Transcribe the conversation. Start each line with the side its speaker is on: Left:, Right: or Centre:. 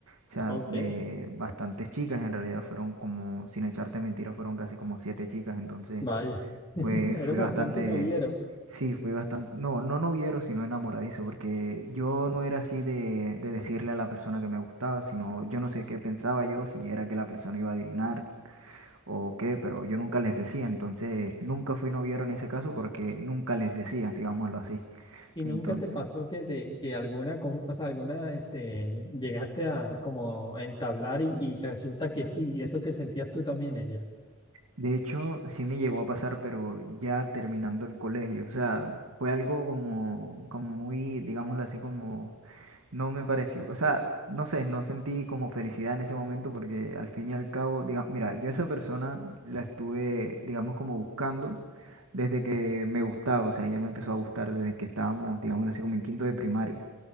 Right: O sea,
Left: Ok.
Right: de bastantes chicas, en realidad fueron como, sin echarte mentiras, fueron casi como siete chicas. Entonces,
Left: Vaya, <laughs>
Right: fue,
Left: eres
Right: fui
Left: bastante
Right: bastante,
Left: noviero.
Right: sí, fui bastante, no, no noviero, sino enamoradizo, porque yo no era así de, de decirle a la persona que me gustaba, sino yo no sé qué pensaba yo, si era que la persona iba a adivinar o qué, pero yo nunca les decía, entonces nunca fui noviero en ese caso porque nunca les decía, digámoslo así.
Left: ¿Y
Right: Entonces,
Left: nunca te pasó que, te, que alguna, con- o sea, alguna, este, llegaste a como a entablar y, y resulta que sí, eso que sentías tú también ella?
Right: de hecho, sí me llegó a pasar, pero ya terminando el colegio, o sea, fue algo como, como muy, digámoslo así, como no me pareció, o sea, no sé, no sentí como felicidad en ese momento porque al fin y al cabo, diga, mira, yo a esa persona la estuve, digamos, como buscando desde que me gustaba, o sea, ella me empezó a gustar desde que estábamos, digámoslo así, como en quinto de primaria.